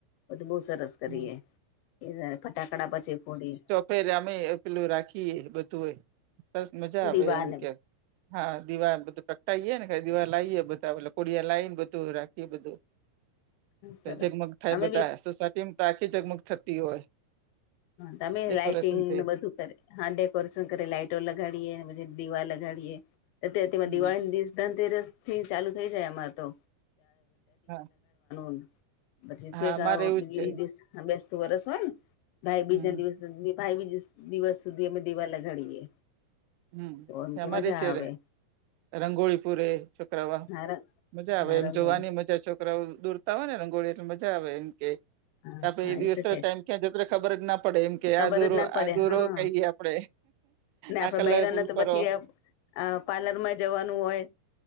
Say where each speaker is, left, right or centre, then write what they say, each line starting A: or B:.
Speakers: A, on the left; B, on the right.
A: બધુ બઉ સરસ કરીએ,
B: હમ
A: ઈન ફટાકડા પછી ફોડી
B: ફેર અમેય પેલું રાખીએ બધું હોય સરસ મજા આવે
A: દીવાને
B: એમ કે, હા દિવા બધુ <unintelligible> તઈએને કાઈ દિવા લાઈએ બધા ઓલુ કોળીઆ લાઈન બધું રાખીએ બધું.
A: સરસ
B: તો જગમગ થાય
A: અમે
B: બધા
A: બી
B: સોસાયટીમ તો આખી જગમગ થતી હોય.
A: તમે
B: ડેકોરેશન
A: લાાઈટિંગને
B: થઈ
A: બધું કરે. હા, ડેકોરેશન કરીએ, લાઈટો લગાડીએ ન બધે દીવા લગાડીએ. અતે અતેમાં
B: હમ
A: દિવાળીમા દિવસ ધનતેરસથી ચાલુ થઈ જાય આમાર તો
B: હા
A: <unintelligible> <inaudible> પછી
B: હા
A: છેક
B: અમારે
A: અવ
B: એવું
A: બીજે
B: જ છે
A: <unintelligible> દિવસ બેસતું વરસ હોયન ભાઈબીજના
B: હમ
A: દિવસ ભાઈબીજસ દિવસ સુધી અમે દીવા લગાડીએ.
B: હમ્મ,
A: તો એમ
B: એ
A: કે
B: અમારેય
A: મજા આવે
B: <inaudible> રંગોળી પુરે છોકરાવા,
A: હા
B: મજા આવે
A: હા
B: એમ
A: રંગોળી
B: જોવાની મજા છોક છોકરાઓ દોરતા હોયને રંગોળી એટલે મજા આવે એમ કે
A: હા
B: આપડે
A: હા
B: એ દિવસ તો
A: છે
B: ટાઈમ
A: જ.
B: ક્યાં જતો રે ખબર જ ના પડે એમ કે,
A: ખબર
B: આ દોરો,
A: જ ના પડે
B: આ દોરો
A: હા
B: કઈએ આપડે.
A: ને આપડે
B: આ કલર
A: બૈરાને
B: ફૂલ
A: તો
B: કરો
A: પછીય અ પાર્લરમાં જવાનું હોય.